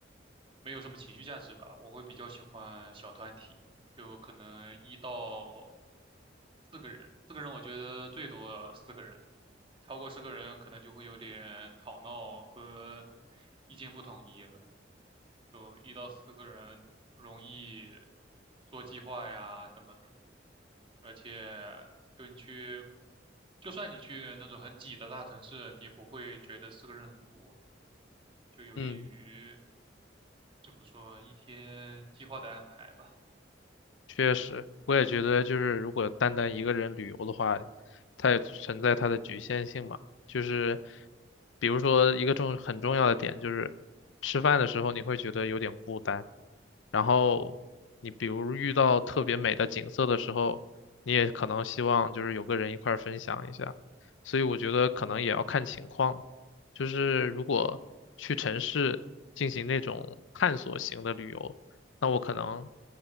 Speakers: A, on the right; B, on the left.
A: 没有什么情绪价值吧。我会比较喜欢小团体，就可能一到四个人，四个人我觉得最多四个人，超过四个人可能就会有点吵闹和意见不统一了。就一到四个人容易做计划呀什么的。而且就你去，就算你去那种很挤的大城市，你也不会觉得四个人很多，就有利于
B: 嗯。
A: 怎么说一天计划的安排吧。
B: 确实，我也觉得，就是如果单单一个人旅游的话，它也存在它的局限性嘛。就是比如说一个重很重要的点，就是吃饭的时候你会觉得有点孤单，然后你比如遇到特别美的景色的时候，你也可能希望就是有个人一块儿分享一下。所以我觉得可能也要看情况嘛。就是如果去城市进行那种探索型的旅游。那我可能